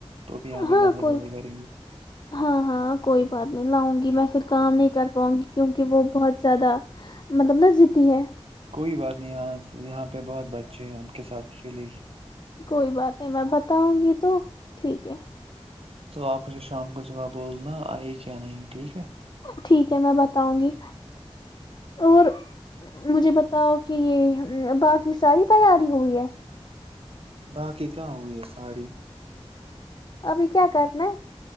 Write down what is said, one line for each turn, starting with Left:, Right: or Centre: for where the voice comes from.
Right: تو بھی یہاں پہ
Left: ہاں
Right: مزے
Left: کوئی
Right: وزے کریں گے
Left: ہاں ہاں کوئی بات نہیں لاؤں گی میں پھر کام نہیں کر پاؤں گی کیونکہ وہ بہت زیادہ مطلب ن ضتی ہے
Right: کوئی بات نہیں یہاں یہاں پہ بہت بچے ہیں ان کے ساتھ کھیلے گی
Left: کوئی بات نہیں میں بتاؤں گی تو ٹھیک ہے
Right: چلو آپ مجھے شام کو جب آ بولنا آئی کیا نہیں ٹھیک ہے
Left: ٹھیک ہے میں بتاؤں گی اور مجھے بتاؤ کہ یہ باقی ساری تیاری ہوئی ہے
Right: باقی کہاں ہوئی ہے ساری
Left: ابھی کیا کرنا ہے